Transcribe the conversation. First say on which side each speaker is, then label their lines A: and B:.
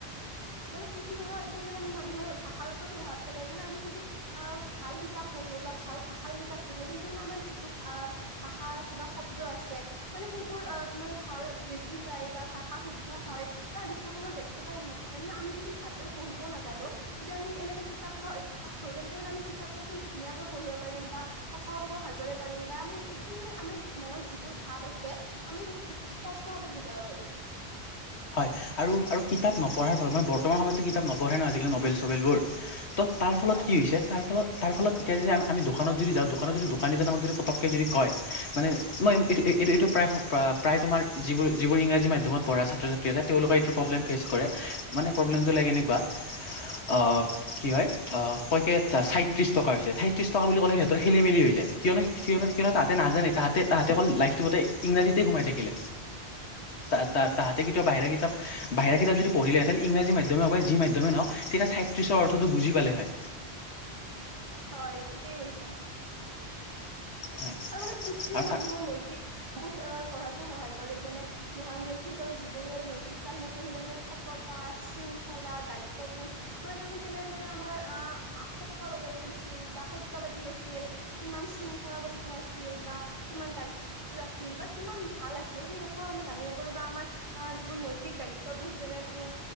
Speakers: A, on the right; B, on the left.
A: মানে পুথিপঢ়াৰ অভ্যাসে মানে মানুহৰ ভাষাৰ ওপৰত প্ৰভাৱ পেলাই মানে আমি যদি আহ ভাল কিতাপ পঢ়ো বা ভাল ভাষাৰ কিতাপ পঢ়ো তেন্তে মানে আমাৰ যিটো আ' ভাষা আছে বা শব্দ আছে মানে সেইবোৰ অ' মানে ভাল বৃদ্ধি পায় বা ভাষা শুদ্ধ হয় বা লিখা পঢ়ৰ দক্ষতা উন্নত হয়, মানে আমি যদি ভালদৰে পঢ়িব নাজানো যদি আমি এনেক কিতাপ পঢ়া অভ্যাস কৰো তেন্তে মানে আমি কিতাপবিলাক একদম- ধুনীয়াকৈ পঢ়িব পাৰিম বা কথা ক'ব ভালদৰে পাৰিম বা আমি একদম মানে আমাৰ মনত যিবোৰ ভাব আ- ছে। আমি সেই-বো স্পষ্ট ভাৱে বুজাব পাৰিম।
B: হয়, আৰু, আৰু কিতাপ নপঢ়াই হ'ল মানে বৰ্তমান সময়ততো কিতাপ নপঢ়ে ন' আজিকালি নবেল-চবেল বোৰ ত' তাৰ ফলত
A: হয়
B: কি হৈছে তাৰ ফলত তাৰ ফলত এতিয়া যদি আমি, আমি দোকানত যদি যাওঁ দোকানত যদি দোকানীজনে আমাক যদি পতককে যদি কয়, মানে মই, এই, এই- ইটো-এইটো প্ৰায়, প্ৰায় তোমাৰ যিবোৰ, যিবোৰ ইংৰাজী মাধ্যমত পঢ়া ছাত্ৰ-ছা- ত্ৰী আছে তেওঁলোকে এইটো প্ৰব্লেম ফেচ কৰে, মানে প্ৰব্লেমটো লাইক এনেকুৱা অ' কি হয় অ' কয়কে ছাইত্ৰিশ টকা হৈছে, ছাইত্ৰিশ টকা বুলি কলে সিহঁতৰ খেলি মেলি যায়। কিয়নো সিহঁতে কিয়নো তাতে নাই নাজানে, তাহাঁতে লাইফটোত অকল ইংৰাজীতে সোমাই থাকিলে। তা তাহাঁতে বাহিৰা কিতাপ, বাহিৰা কিতাপ যদি পঢ়িলেতেন ইংৰাজী মাধ্যমে হওক বা যি মাধ্যমে নহওক তেতিয়া ছাইত্ৰিশ অৰ্থটো বুজি পালে হয়।
A: হয়, ঠিকেই কৈছা।
B: হয়
A: আৰু মানে পুথিয়ে
B: আৰু
A: মানুহৰ
B: তাক
A: নৈতিক বোধ গঢ়াতো সহায় কৰে যেনে মহান ব্যক্তিসকলৰ জীৱনী আৰু নৈতিক কাহিনী পঢ়িলে মানে। সততা, শৃংখলা, দায়িত্ববোধ মানে তেওঁলোকে কেনেদৰে আমাৰ আহ সততা বজাই ৰাখিছিল বা সত্যবাদী আছিল। কিমান শৃংখলাবদ্ধ আছিল বা কিমান দায়িত্বশীল আছিল বা কিমান ভাল আছিল সেই কথাও আমি জানিব পাৰো। বা আমাৰ আহ যিবোৰ নৈতিক দায়িত্ববোধ যেনে উম